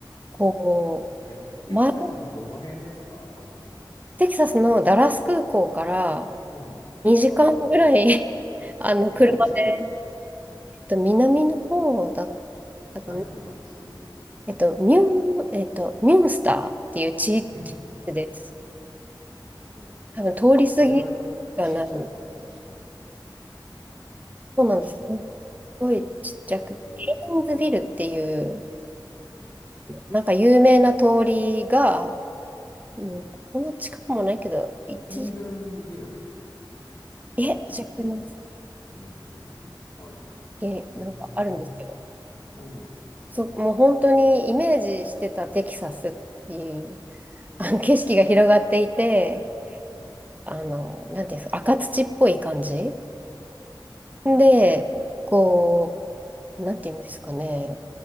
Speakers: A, on the left; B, on the right.
A: うん
B: こ
A: え、テキサスのどの辺ですかあの、
B: う、前、テキサスのダラス空港から
A: うん。
B: 2時間ぐらい
A: あるある。
B: <laughs> あの、
A: え、
B: 車で、
A: どっちに行くのうん。
B: えっと南の方だったかな。
A: なんていう街
B: えっと、ミュン、えっと、ミュンスターっていう地域
A: ミュンスター。
B: です。
A: あ、本当。
B: 多分通り過ぎがない。
A: あ、それはちっちゃいかも、確かに。あの、
B: そうなんです。
A: 西館でしょ。
B: すっごいちっちゃく。
A: へえ。
B: ヘインズビルっていう、
A: うん。
B: なんか有名な通りが、うん、
A: うん。
B: こんな近くもないけど、
A: スティーブン・
B: 一時、
A: ビル
B: え、違います。
A: じゃなくて、ごめんごめん。はい。
B: え、
A: ええー。
B: なんかあるんですよ。
A: うん。
B: そう、もう本当にイメージしてたテキサスっていう、あの景色が広がっていて、
A: うん。うん。
B: あの、なんていうんですか、赤土っぽい感じ。で、こう、なんていうんですかね、